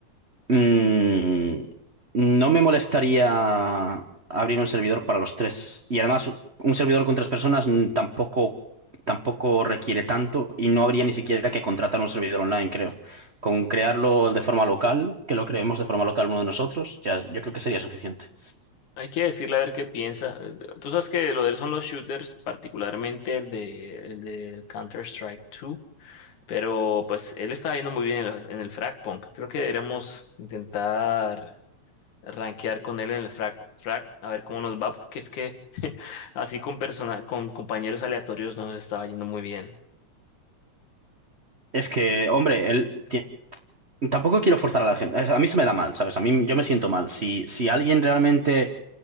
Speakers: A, on the right (about 50°); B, on the left (about 75°).
A: mm, no me molestaría abrir un servidor para los tres. Y además, un servidor con tres personas mm, tampoco, tampoco requiere tanto y no habría ni siquiera que contratar un servidor online, creo. Con crearlo de forma local, que lo creemos de forma local uno de nosotros, ya yo creo que sería suficiente.
B: hay que decirle a ver qué piensa. Eh, Tú sabes que lo de él son los shooters, particularmente el de, el de Counter-Strike 2. Pero pues él estaba yendo muy bien en, el en el Frag Punk. Creo que deberíamos intentar rankear con él en el Frag, Frag, a ver cómo nos va, porque es que <laughs> así con persona, con compañeros aleatorios nos estaba yendo muy bien.
A: Es que, hombre, él ti- tampoco quiero forzar a la gente. Es- A mí se me da mal, ¿sabes? A mí yo me siento mal. Si, si a alguien realmente